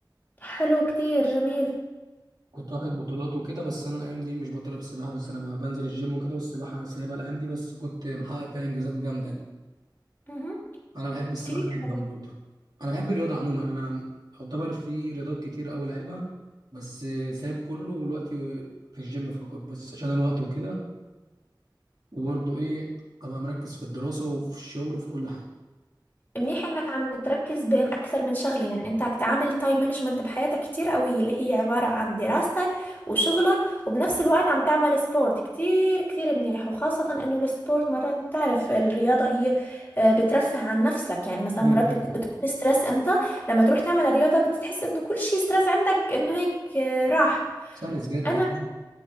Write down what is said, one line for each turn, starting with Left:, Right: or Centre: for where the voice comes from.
Left: حلو كتير جميل
Right: كنت واخد بطولات وكده بس أنا الأيام دي مش بتدرب سباحة بس أنا بقى بنزل الجيم وكده والسباحة أنا سايبها الأيام دي بس كنت محقق فيها إنجازات جامدة يعني.
Left: مهم.
Right: أنا بحب السباحة
Left: كتير
Right: جدا
Left: حلو
Right: برضو أنا بحب الرياضة عموما أنا يعتبر في رياضات كتير أوي لعبها بس سايب كله ودلوقتي في الجيم فقط بس عشان الوقت وكده وبرضه ايه ابقى مركز في الدراسة وفي الشغل وفي كل حاجة
Left: منيح انك عم بتركز بين اكثر من شغله يعني انت عم تعمل تايم مانجمنت بحياتك كتير قويه اللي هي عباره عن دراستك وشغلك وبنفس الوقت عم تعمل سبورت كتير كتير منيح وخاصه انه السبورت مرات تعرف الرياضه هي آه، بترفه عن نفسك يعني مثلا
Right: ايوه
Left: مرات
Right: طبعا
Left: بت- بتكون ستريس انت لما تروح تعمل رياضه بتحس انه كل شيء ستريس عندك انه هيك آه، راح
Right: سلس جدا
Left: انا
Right: ايوه